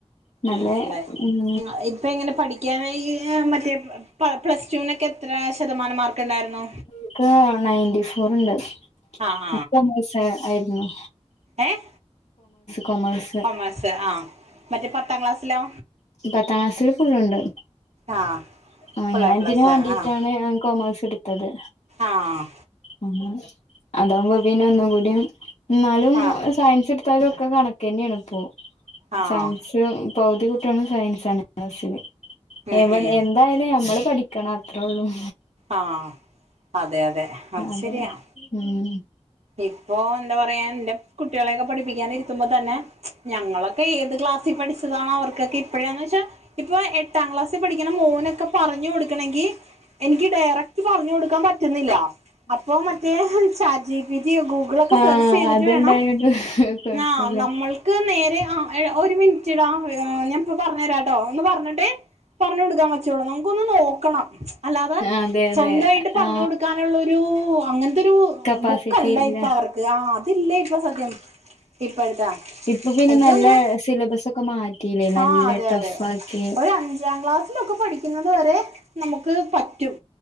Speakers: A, on the left; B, on the right.
A: നല്ല
B: ഉം ളേ
A: ഉം
B: ഇങ്ങ ഇൻ പ്പ എങ്ങനെ പഠിക്കാനായി മറ്റേ പ്ല പ്ലസ്റ്റൂനൊക്കെ എത്ര ശതമാനം മാർക്ക് ണ്ടാര്ന്നു?
A: ക്ക് നയന്റ്ററി ഫോർ ണ്ട്
B: ആഹ്
A: ന കൊമേസ് ആയിര്ന്നു.
B: ഏഹ്
A: കൊമേഴ്സ്
B: കൊമേഴ്സ് ആഹ് മറ്റേ പത്താം ക്ലാസ്സിലോ?
A: പത്താസില് ഫുള്ള്ണ്ട്.
B: ആഹ്
A: ആഹ്
B: ഫുള്ള്
A: ഞാ
B: എ പ്ലസ്
A: ഇതിന് വാണ്ടീട്ടാണ്
B: ആഹ്
A: കോമേഴ്സെട്ത്തത്.
B: ആഹ്
A: ഉം അതാവുമ്പോ പിന്നെ ഒന്നും കൂടിം ന്നാലും
B: ആഹ്
A: സയൻസെട്ത്താലു ഒക്കെ കണക്കെന്നണ് പ്പോ
B: ആഹ്
A: സയൻസ്. പൗതികുട്ട്യളുംസയൻസണ് ക്ലാസില്
B: ഉം
A: എവിടെ
B: ഉം
A: എന്തായാലും നമ്മള് പഠി ക്കണം അത്രേ ഒള്ളും.
B: ആഹ് അതെ അതെ. അത്
A: അതെ
B: ശരിയാ
A: ഉം.
B: ഇപ്പൊ എന്താ പറയാ എന്റെ കുട്ടികളെയൊക്കെ പഠിപ്പിക്കാൻ ഇരുത്തുമ്പോ തന്നെ ഞങ്ങളൊക്കെ ഏത് ക്ലാസ്സിൽ പഠിച്ചതാണ അവർക്കൊക്കെ ഇപ്പോഴാന്ന് വെച്ചാ ഇപ്പൊ എ ട്ടാം ക്ലാസ്സിൽ പഠിക്കുന്ന മോനൊക്കെ പറഞ്ഞു ക്കൊടുക്കണമെങ്കിൽ എനിക്ക് ഡയറക്റ്റ് പറഞ്ഞു കൊടുക്കാൻ പറ്റുന്നില്ല. അപ്പൊ മറ്റേ ചാറ്റ് ജി പിറ്റി, ഗൂഗിളൊക്കെ
A: ആ
B: സെർച്ച് ചെയ്തിട്ട്
A: അത്ണ്ടായോണ്ട്
B: വേണം
A: കൊഴപ്പില്ല
B: ആ നമ്മൾക്ക് നേരെ ആ ഏ ഒരു മിനിറ്റ് ടാ ഞാൻപ്പ പറഞ്ഞരാട്ടോ എന്ന് പറഞ്ഞിട്ട് പർഞ്ഞു കൊടുക്കാൻ പറ്റോളൂ നമുക്കൊന്ന് നോക്കണം. അല്ലാതെ
A: അതെ അതെ
B: സ്വന്തായിട്ട് പറഞ്ഞു
A: ആ
B: കൊടുക്കാനുള്ള ഒരു അങ്ങനത്തൊരു
A: കപ്പാസിറ്റി
B: ബു ക്കെല്ല
A: ഇല്ല
B: ഇപ്പ അവർക്ക് ആ അതില്ല ഇപ്പൊ സത്യം ഇപ്പഴ്‌ത്താ ആ
A: ഇപ്പൊ പിന്നെ
B: എൻക്ക്
A: നല്ല
B: തോന്ന്ണെ
A: സിലബസ് ഒക്കെ മാറ്റിയില്ലേ നല്ല
B: ആഹ് അതെ
A: ടഫ്
B: അതെ
A: ആക്കി
B: ഒര അഞ്ചാം ക്ലാസ് ലൊക്കെ പഠിക്കിന്നത് വരെ നമുക്ക് പറ്റും.